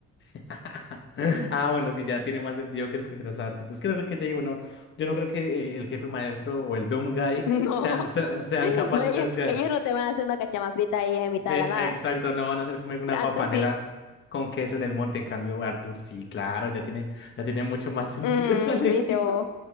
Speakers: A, on the left; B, on the left.
A: <laughs> Ah, bueno, sí, ya tiene más sentido que escoger esa arte. es que es lo que te digo? No, yo no creo que eh, el jefe maestro o el Doom Guy
B: <laughs>
A: sea- sea- sean
B: No,
A: capaces
B: no, ellos,
A: de, hacer.
B: ellos no te van a hacer una cachama frita ahí en mitad
A: Sí,
B: de la nada.
A: exacto, no van a hacer como una
B: Arthur
A: guapanela
B: sí.
A: con queso en el monte. En cambio, Arthur, sí, claro, ya tiene, ya tiene mucho más <laughs> sentido
B: Mm,
A: esa lección.
B: viste, o,